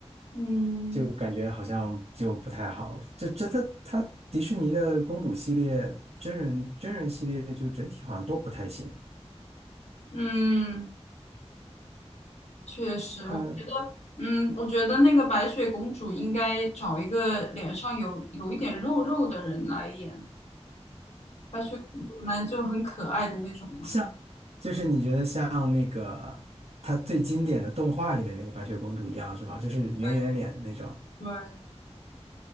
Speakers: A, on the left; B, on the right.
A: 嗯
B: 就感觉好像就不太好。这这它它迪士尼的公主系列、真人真人系列，就整体好像都不太行。
A: 嗯，确实，
B: 它
A: 我嗯，我觉得那个白雪公主应该找一个脸上有有一点肉肉的人来演，白雪公主呢就很可爱的那种嘛，
B: 像就是你觉得像那个它最经典的动画里面那个白雪公主一样是吗？就是圆圆脸那种。
A: 对对